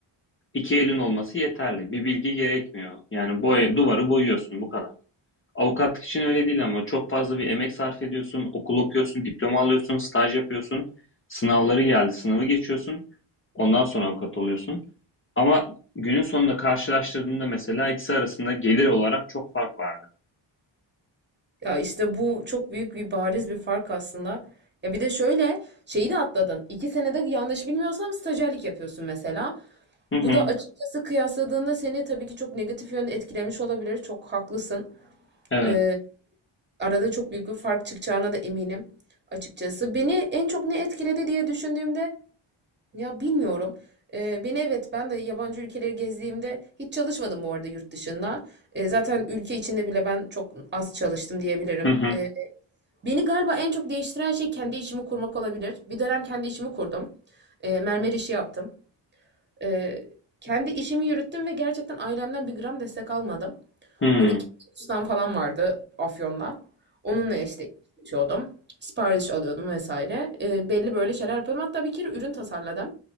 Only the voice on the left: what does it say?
İki elin olması yeterli. Bir bilgi gerekmiyor. Yani boya, duvarı boyuyorsun bu kadar. Avukatlık için öyle değil ama çok fazla bir emek sarf ediyorsun, okul okuyorsun, diploma alıyorsun, staj yapıyorsun, sınavları geldi, sınavı geçiyorsun, ondan sonra avukat oluyorsun. Ama günün sonunda karşılaştırdığında mesela ikisi arasında gelir olarak çok fark vardı.
Hı
hı,
evet.
Hı hı,
hı hı,